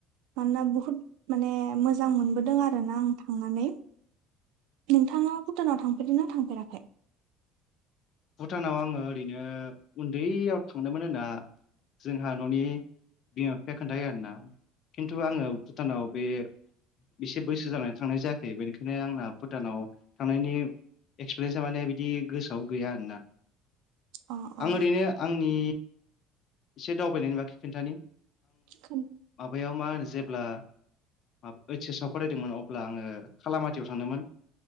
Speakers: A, on the right (about 70°); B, on the left (about 45°).
A: मानोना बहुद माने मोजां मोनबोदों आरोना आं थांनानै नोंथाङा भुटानाव थांफेरदों ना थांफेराखै?
B: भुटानाव आङो ओरैनो उन्दैयाव थांदोंमोन होनना जोंहा न'नि बिमा फिफाया खोन्थायो आरोना खिन्थु आङो भुटानाव बे एसे बैसो जानानै थांनाय जायाखै बेनिखायनो आंना भुटानाव थांनायनि एक्सपिरियेन्सा माने बिदि गोसोआव गैया आरोना
A: अ अ
B: आं ओरैनो आंनि एसे दावबायनायनि बाखि खोन्थानि
A: <unintelligible>
B: बैयाव मा होनो जेब्ला <unintelligible> ओइस एस आव फरायदोंमोन अब्ला आङो खालामाथियाव थांदोंमोन